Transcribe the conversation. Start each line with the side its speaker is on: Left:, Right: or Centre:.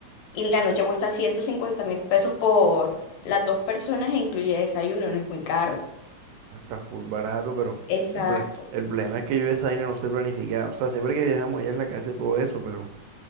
Left: y la noche cuesta ciento cincuenta mil pesos por las dos personas e incluye desayuno, no es muy caro.
Right: mm, Está full barato, pero
Left: Exacto.
Right: el, proble el problema es que yo esa vaina no sé planificar, o sea, siempre que viajamos ella es la que hace todo eso, pero,